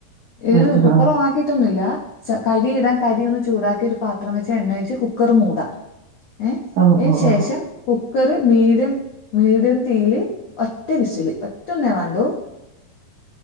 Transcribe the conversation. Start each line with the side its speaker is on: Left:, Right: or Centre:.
Left: ഏഹ്
Right: ഉം ഉം
Left: കുക്കർ
Right: ഉം.
Left: ഓൺ അക്കിയിട്ടൊന്നുല്ല കരിയിടാൻ കരി ഒന്ന് ചൂടാക്കിട്ട് ഒരു പാത്രം വെച്ച് എണ്ണ ഒഴിച് കുക്കർ മൂടാം ഏഹ്
Right: ഓ
Left: അതിന്
Right: ഓ
Left: ശേഷം
Right: ഓ
Left: കുക്കറ് മിഡിയം മീഡിയം തീയില് ഒറ്റ വിസില് ഒറ്റ ന്നേ വേണ്ടു